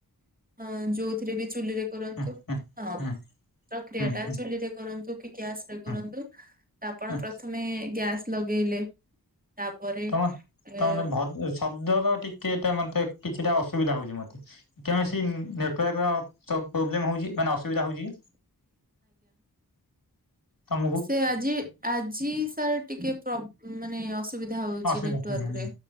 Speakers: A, on the right; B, on the left.
A: ଅ ଯୋଉଥିରେ ବି ଚୁଲିରେ କରନ୍ତୁ
B: ହୁଁ ହୁଁ
A: ହଁ
B: ହୁଁ।
A: ପ୍ରକ୍ରିୟାଟା
B: ହୁଁ ହୁଁ
A: ଚୁଲିରେ କରନ୍ତୁ କି ଗ୍ୟାସ୍
B: ହୁଁ
A: କରନ୍ତୁ ତ ଆପଣ
B: ହୁଁ
A: ପ୍ରଥମେ ଗ୍ୟାସ୍ ଲଗେଇଲେ ତାପରେ ଏ
B: ତମ ତମର ଭ ଶବ୍ଦର ଟିକେ ତା ମତେ କିଛିଟା ଅସୁବିଧା ହୋଉଚି ମତେ। କୈଣସି ନେଟୱାର୍କର ତ ପ୍ରୋବ୍ଲେମ୍ ହୋଉଚି। ମାନେ ଅସୁବିଧା ହୋଉଚିକି ତମକୁ?
A: ଏ ଆଜି ଆଜି ସାର ଟିକେ ପ୍ରୋ ମାନେ ଅସ୍ ସୁବିଧା ହୋଉଚି
B: ଅସୁବିଧା
A: ନେଟୱାର୍କରେ
B: ହୁଁ ହୁଁ